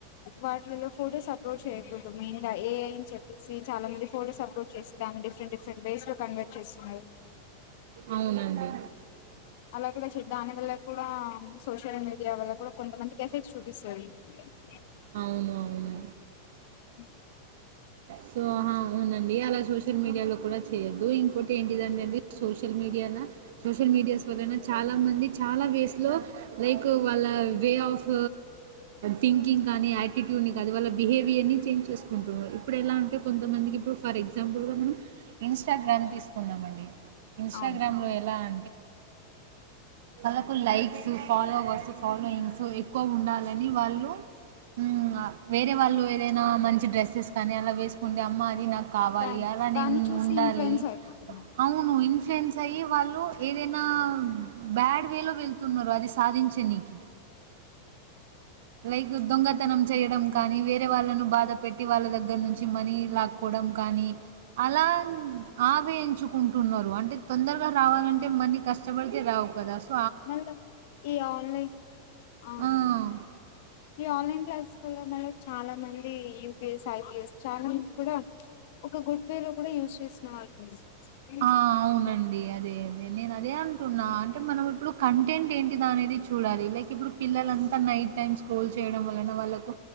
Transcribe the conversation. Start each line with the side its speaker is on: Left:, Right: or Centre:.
Left: వాట్లలో ఫొటోస్ అప్లోడ్ చేయకూడదు మెయిన్ గా ఏ ఐ అని చెప్పేసి చాలా మంది ఫొటోస్ అప్లోడ్ చేసి దాన్ని డిఫరెంట్ డిఫరెంట్ బేస్ లో కన్వర్ట్ చేస్తున్నారు
Right: అవునండి.
Left: అలా కూడా శద్ధాన్య దలా కూడా హ్మ్ సో సోషల్ మీడియా వల్ల కూడా కొంతమంది కి ఎఫెక్ట్ చూపిస్తది అ
Right: అవును అవును
Left: హ
Right: సోహా అవునండి అలా సోషల్ మీడియాలో కూడా చేయొద్దు ఇంకోటి ఏంటిదింటే అండి సోషల్ మీడియా సోషల్ మీడియాస్ వలన చాలా మంది చాలా వేస్లో లైక్ వాళ్ళ వే ఆఫ్ థింకింగ్ కానీ యాటిట్యూడ్ని కానీ వాళ్ళ బిహేవియర్ని చేంజ్ చేస్ కుంట్టున్నరు ఇప్పుడు ఎలా అంటే కొంతమందికి ఇప్పుడు ఫర్ ఎగ్జాంపుల్గా మనం ఇన్స్టాగ్రామ్ తీసుకుందామండి ఇన్స్టాగ్రామ్
Left: అవును
Right: లో ఎలా అ వాళ్ళకు లైక్స్ ఫాలోవర్స్ ఫాలోయింగ్స్ ఎక్కువ ఉండాలని వాళ్ళు హ్మ్ వేరే వాళ్ళు ఏదైనా మంచి డ్ర కాని అలా వేసుకుంటే, అమ్మా అని నాకావాలి,
Left: దా
Right: అలానేను
Left: దాన్ని చూసి
Right: ఉండాలి.
Left: ఇన్ఫ్లుయెన్స్ అయిపోతున్నారు
Right: అవును ఇన్ఫ్లుయెన్స్ అయి వాళ్ళు ఏదైనా బ్యాడ్ రేల్లో వెళ్తున్నారు అది సాధించనీకీ లైగ్ దొంగతనం చేయడం కానీ, వేరే వాళ్ళను బాధ పెట్ ట్టి వాళ్ళ దగ్గర్నుంచి మనీ లాక్కు పోడం కానీ అలాన్ ఆవేంచుకుంటున్నారు. అంటే తొందర్రా రావాలంటే మనీ కష్టబడితే రావ్, కదా అస్
Left: మళ్ళమ్ ఈ ఆన్లైన్ అవునండి.
Right: ఆ,
Left: ఈ ఆన్లైన్ క్లాస్ పొల్లమ్ మల్లో చాలా మంది ఈ యూ పి ఎస్ టైం లేస్ట్ చాలా <unintelligible> కూడా ప్చ్ ఒక గుడ్ వే లోమ్ కూడా యూజ్ చేసిన వాళ్ళని ఏం
Right: ఆ
Left: చేయలేం
Right: అవునండి. అదే అది నేను అదే అంటున్నా, అంటే మనం ఇప్పుడు కంటెంట్ ఏంటి దా అనేది చూడాలి. లైక్ ఇప్పుడు పిల్లలంతా నైట్ టైం స్క్రోల్ చేయడం. వలన అయిన వాళ్ళకు